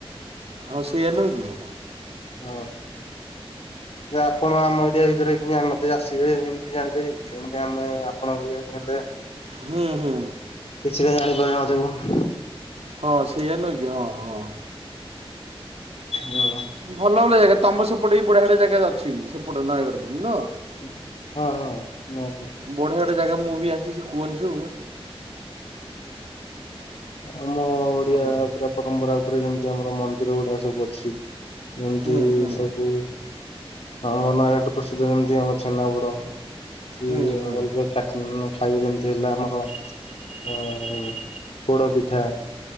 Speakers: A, on the right; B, on the left.
A: ହଁ ସେଇଆ ନୁହେଁ କି।
B: ହଁ ଯେ ଆପଣ ଆମ ଏରିଆ ବିଷୟରେ କିଛି ଜାଣିନଥିବେ ଆସିବେ ଏମିତି ଜାଣିପାରିବେ କି। ଯେମତି ଆମେ ଆପଣଙ୍କ ଏରିଆ କୁ ଗଲେ।
A: ହୁଁ ହୁଁ।
B: କିଛିଟା ଜାଣିପାରିନଥିବୁ।
A: ହଁ ସେଇଆ ନୁହଁ କି ହଁ ହଁ।
B: ହୁଁ।
A: ଭଲ ଭଲ ଜାଗା ତମ ସେପଟେ ବି ବଢିଆ ବଢିଆ ଜାଗା ଅଛି ବି ସେପଟେ ନୟାଗଡ଼ ନୁହଁ?
B: ଉଁ ହଁ ହଁ ନିହାତି।
A: ବଢ଼ିଆ ବଢି଼ଆ ଜାଗା ମୁଁ ବି ଜାଣିଛି ସେ କୁହନ୍ତି ସବୁ।
B: ଆମ ଓଡିଆ
A: ଭଲ
B: ପୁରା ପରମ୍ପରା ଉପରେ ଯେମିତି ଆମର ମନ୍ଦିର ଗୁଡା ସବୁ ଅଛି। ଯେମିତି
A: ହୁଁ ହୁଁ
B: ସବୁ। ଆମ ନାୟାଗଡ ପ୍ରସିଦ୍ଧ ଯେମିତି ଆମ ଛେନାପୋଡ କି
A: ହୁଁ
B: ଅଲଗା
A: ହୁଁ
B: ଚାଖିନି ନାଇ ଖାଇବେ ଯେମିତି ହେଲେ ଆମର ଅ ପୋଡ ପିଠା